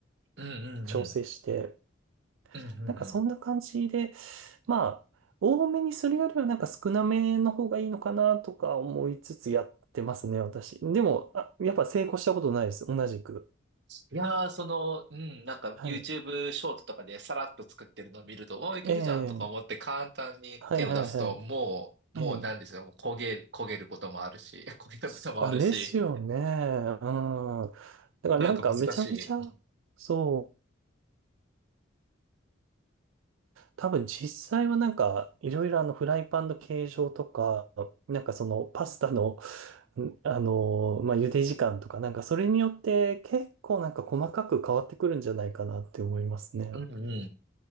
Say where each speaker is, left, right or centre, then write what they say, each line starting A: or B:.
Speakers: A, on the right (about 60°); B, on the right (about 80°).
A: うんうんうん。
B: 調整して。
A: うんうん
B: なんか、そんな感じで、まあ、多めにするよりはなんか少なめの方がいいのかなとか思いつつやってますね、私。でも、あ、やっぱ成功したことないです、同じく。
A: いやー、その、うん、なんか
B: はい。
A: YouTube ショートとかでさらっと作ってるのを見ると、おー、いけるじゃんとか思って簡単に手を出すと、
B: ええはいはいはい。
A: もう、もうなんですよ、
B: ええ。
A: もう焦げ、焦げることもあるし、<laughs> 焦げたこともあるし、
B: すあ、ですよね。うん。だからなんかめちゃめちゃ、
A: なんか難しい。
B: そう、多分実際はなんかいろいろあのフライパンの形状とか、なんかそのパスタの、んあの、まあ、茹で時間とか、なんかそれによって結構なんか細かく変わってくるんじゃないかなって思いますね。
A: うんうん。うん。